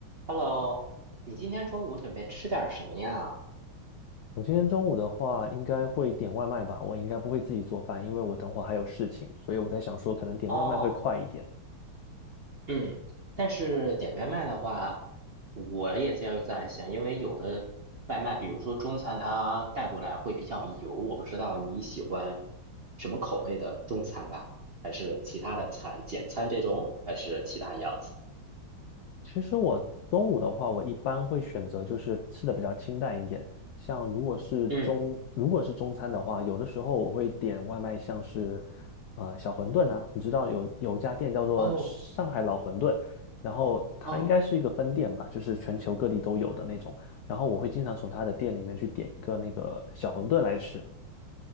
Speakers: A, on the right; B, on the left.
A: Hello，你今天中午准备吃点儿什么呀？
B: 我今天中午的话，应该会点外卖吧。我应该不会自己做饭，因为我等会儿还有事情，所以我在想说，可能点外卖会快一点。
A: 哦，嗯，但是点外卖的话，我也就在想，因为有的外卖，比如说中餐，它带过来会比较油，我不知道你喜欢什么口味的中餐吧？还是其他的餐，简餐这种，还是其他样子？
B: 其实我中午的话，我一般会选择就是吃的比较清淡一点，像如果是中如果是中餐的话，
A: 嗯，
B: 有的时候我会点外卖，像是呃小馄饨啊，你知道有有一家店叫做上海老馄饨，
A: 哦
B: 然后它应该是一个分店吧，
A: 哦。
B: 就是全球各地都有的那种，然后我会经常从它的店里面去点一个那个小馄饨来吃。